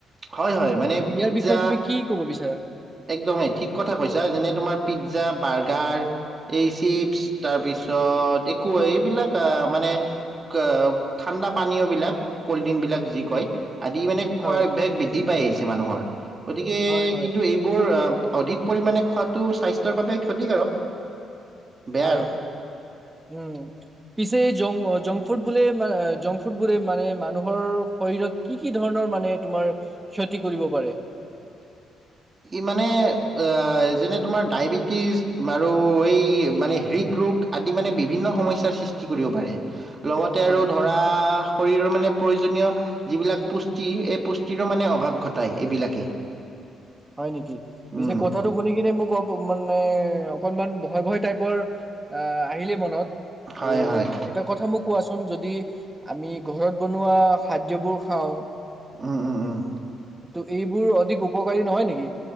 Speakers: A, on the right; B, on the right.
A: হয় হয় মানে
B: তো
A: পিজ্জা
B: ইয়াৰ বিষয়ে তুমি কি কব বিচাৰা
A: একদমেই ঠিক কথা কৈছা যেনে তোমাৰ পিজ্জা বাৰ্গাৰ এই চিপচ তাৰপিছত একো এইবিলাক আহ মানে কা ঠাণ্ডা পানীও বিলাক কল্ড ড্ৰিংক বিলাক যি কয় আদি মানে খোৱাৰ
B: হয়
A: বৃদ্ধি পাই আহিছে মাত নহয় গতিকে
B: হয় হয়
A: কিন্তু এইবোৰ আ অধিক পৰিমাণে খোৱাটো স্বাস্থ্যৰ বাবে ক্ষতিকাৰক বেয়া
B: হয়
A: আৰু
B: উম পিছে জং অ জ জংক ফুড বোলে আ জংক ফুড বোৰে মানে মানুহৰ শৰীৰত কি কি ধৰণৰ মানে তোমাৰ ক্ষতি কৰিব পাৰে
A: ই মানে এ যেনে তোমাৰ ডায়বেটিছ আৰু এই মানে হৃদৰোগ আদি মানে বিভিন্ন সমস্যাৰ সৃষ্টি কৰিব পাৰে লগতে
B: হয়
A: আৰু ধৰা শৰীৰৰ মানে প্ৰয়োজনীয় যিবিলাক পুষ্টি এই পুষ্টিৰো মানে অভাৱ ঘটায় এইবিলাকেই
B: হয় নিকি পিছে
A: উম
B: কথাটো শুনি কিনে মোক অপ মানে অকনমান ভয় ভয় টাইপ পৰ আ আহিলে মনত
A: হয়
B: ত'
A: হয়
B: এটাৰ কথা মোক কোৱাছো হম যদি আমি ঘৰত বনোৱা খাদ্যবোৰ খাওঁ
A: উম উম উম
B: ত' এইবোৰ অধিক উপকাৰী নহয় নি কি